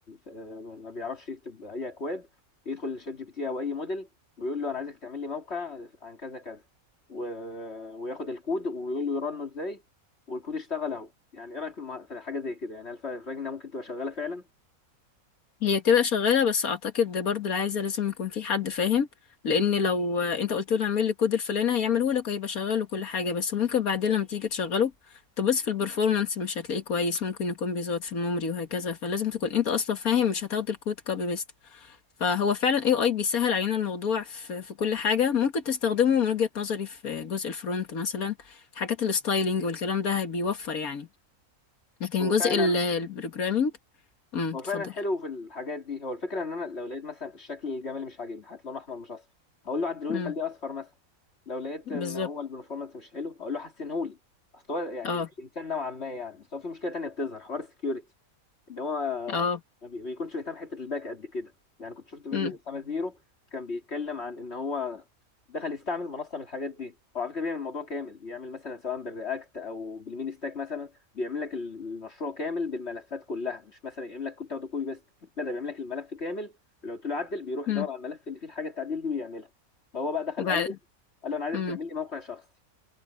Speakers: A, on the left (about 45°); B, on the left (about 75°).
A: آه، ما بيعرفش يكتب أي أكواد يدخل لشات جي بي تي أو أي موديل ويقول له أنا عايزك تعمل لي موقع عن كذا كذا و... وياخد الكود ويقول له يرنه إزاي والكود اشتغل أهو يعني إيه رأيك في الم- في حاجة زي كده يعني هل فا- فاكر إنها ممكن تبقى شغالة فعلا؟
B: هي تبقى شغالة بس أعتقد برضه اللي عايزة لازم يكون في حد فاهم لأن لو أنت قلت له اعمل لي كود الفلاني هيعمله لك هيبقى شغال وكل حاجة بس ممكن بعدين لما تيجي تشغله تبص في البرفورمانس مش هتلاقيه كويس ممكن يكون بيزود في الميموري وهكذا فلازم تكون أنت أصلا فاهم مش هتاخد الكود كوبي بيست فهو فعلا اي اي بيسهل علينا الموضوع في, في كل حاجة ممكن تستخدمه من وجهة نظري في جزء الفرونت مثلا حاجات الستايلينج والكلام ده بيوفر يعني لكن
A: هو
B: جزء
A: فعلا
B: البروجرامينج امم
A: هو
B: اتفضل
A: فعلا حلو في الحاجات دي هو الفكره ان انا لو لقيت مثلا الشكل الجمالي مش عاجبني هات لون احمر مش اصفر هقول له عدلهولي
B: امم
A: خليه اصفر مثلا لو لقيت
B: بالظبط
A: ان هو البرفورمانس مش حلو هقول له حسنهولي اصل هو يعني
B: اه
A: الانسان نوعا ما يعني بس هو في مشكله تانيه بتظهر حوار السكيورتي ان هو
B: اه
A: ما بي- بيكونش بيهتم حته الباك قد كده يعني كنت شفت فيديو
B: امم
A: اسامه زيرو كان بيتكلم عن ان هو دخل يستعمل منصه من الحاجات دي هو على فكره بيعمل الموضوع كامل بيعمل مثلا سواء بالرياكت او بالمين ستاك مثلا بيعمل لك المشروع كامل بالملفات كلها مش مثلا يعمل لك كود تاخده كوبي بس لا ده بيعمل لك الملف كامل لو قلت له عدل بيروح
B: امم
A: يدور على الملف اللي فيه الحاجه التعديل دي ويعملها فهو بقى دخل
B: وبعد
A: قال له قال له انا عايزك
B: امم
A: تعمل لي موقع شخصي